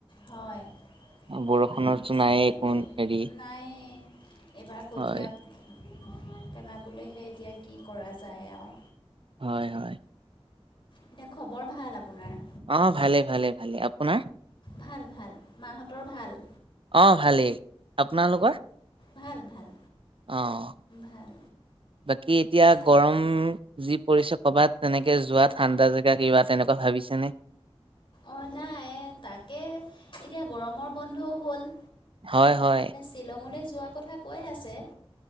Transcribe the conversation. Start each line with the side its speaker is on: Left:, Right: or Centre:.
Left: হয়।
Right: বৰষুণৰতো
Left: পানী সিঁচি
Right: নাইয়ে
Left: পেলাই
Right: একো
Left: বৈ,
Right: হেৰি
Left: নাই এইবাৰ কঠীয়া
Right: হয়
Left: পেলাবলৈহে এতিয়া কি কৰা যায় আৰু।
Right: হয় হয়।
Left: এনে খবৰ ভাল আপোনাৰ?
Right: অ' ভালে ভালে ভালে, আপোনাৰ?
Left: ভাল ভাল, মাহঁতৰ ভাল?
Right: অ' ভালেই, আপোনালোকৰ?
Left: ভাল ভাল
Right: অ'
Left: ভাল
Right: বাকী এতিয়া
Left: পাইছে
Right: গৰম যি পৰিছে ক'ৰবাত তেনেকে যোৱা ঠাণ্ডা জেগা কিবা তেনেকুৱা ভাবিছেনে?
Left: অ' নাই তাকে এতিয়া গৰমৰ বন্ধও হ'ল।
Right: হয় হয়।
Left: শ্বিলঙলে যোৱা কথা কৈ আছে,